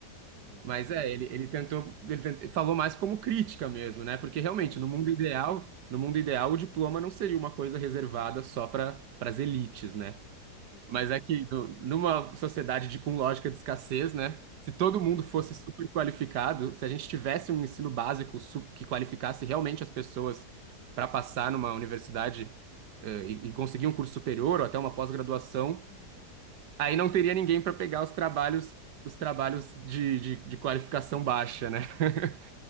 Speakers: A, on the left (about 85°); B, on the right (about 80°).
A: Não, isso
B: Mas
A: é perfeito
B: é, ele,
A: mesmo.
B: ele tentou, ele tent- ele falou mais como crítica mesmo, né? Porque realmente,
A: Não,
B: no mundo
A: sim,
B: ideal,
A: sim.
B: no mundo ideal, o diploma não seria uma coisa reservada só para as elites, né?
A: Perfeito.
B: Mas é que no- numa sociedade de, com lógica de escassez, né? Se todo mundo
A: Exato.
B: fosse super qualificado, se a gente tivesse um ensino básico su- que qualificasse realmente as pessoas para passar numa universidade, eh, e, e conseguir um curso superior ou até uma pós-graduação,
A: Sim, sim.
B: aí não teria ninguém para pegar os trabalhos, os trabalhos de, de, de qualificação baixa, né? <laughs>